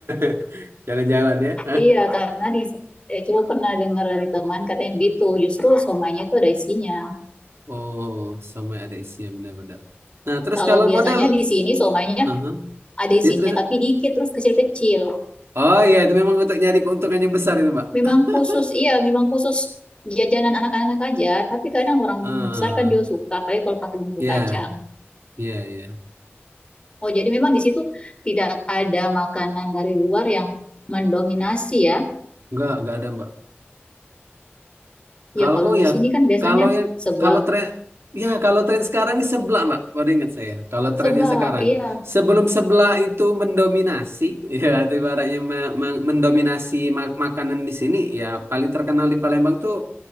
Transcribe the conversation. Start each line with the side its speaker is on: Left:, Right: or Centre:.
Right: <laughs> jalan-jalan ya. <laughs>
Left: Iya, karena di eh, cuma pernah dengar dari teman katanya begitu. Justru somainya itu ada isinya.
Right: Oh, sampai ada isinya benar-benar. Nah, terus
Left: Kalau
Right: kalau
Left: biasanya
Right: modal,
Left: di sini somainya
Right: aha,
Left: ada isinya
Right: dia terus,
Left: tapi dikit terus kecil-kecil.
Right: oh iya itu memang untuk nyari keuntungan yang besar itu Mbak.
Left: Memang
Right: <laughs>
Left: khusus, iya, memang khusus jajanan anak-anak aja. Tapi kadang orang
Right: Ah,
Left: besar kan juga suka, apalagi kalau pakai bumbu
Right: ya,
Left: kacang.
Right: ya, ya.
Left: Oh, jadi memang di situ tidak ada makanan dari luar yang mendominasi ya.
Right: Enggak, enggak ada Mbak. Kalau
Left: Ya, kalau
Right: oh
Left: di
Right: ya,
Left: sini kan biasanya
Right: kalau yang
Left: seblak,
Right: kalau tren ya kalau tren sekarang ini sebelah Mbak. Baru ingat saya. Kalau trennya
Left: seblak,
Right: sekarang
Left: iya,
Right: sebelum sebelah itu mendominasi <laughs> ya itu ibaratnya me- me- mendominasi ma- makanan di sini ya paling terkenal di Palembang tuh